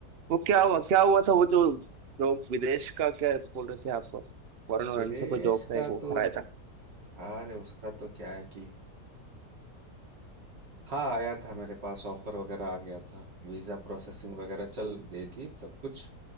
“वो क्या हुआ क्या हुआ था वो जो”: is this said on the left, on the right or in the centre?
Right